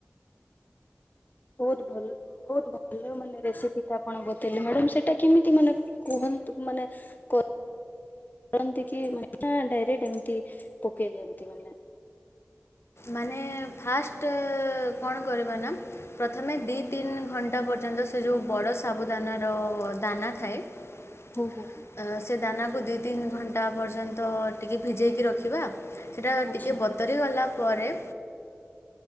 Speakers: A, on the left; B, on the left.
A: ବହୁତ ଭଲ ବହୁତ ଭଲ ମାନେ ରେସିପି ଟା ଆପଣ ବତେଇଲେ ମାଡାମ ସେଟା କେମିତି ମାନେ କୁହନ୍ତୁ ମାନେ କର କରନ୍ତି ନା ଡାଇରେକ୍ଟ ଏମତି ପକେଇ ଦିଅନ୍ତି ମାନେ
B: ମାନେ ଫାଷ୍ଟ କଣ କରିବା ନା ପ୍ରଥମେ ଦିଇ ତିନି ଘଣ୍ଟା ପର୍ଯ୍ୟନ୍ତ ସେ ଯେଉଁ ବଡ଼ ସାବୁଦାନାର ଦାନା ଥାଏ ଅ
A: ହଁ ହଁ ହଁ
B: ସେଦାନା ତାକୁ ଦୁଇ ତିନି ଘଣ୍ଟା ପର୍ଯ୍ୟନ୍ତ ଟିକିେ ଭିଜେଇକି ରଖିବା ସେଟା
A: ଆଚ୍ଛା
B: ଟିକେ ବତରି ଗଲା ପରେ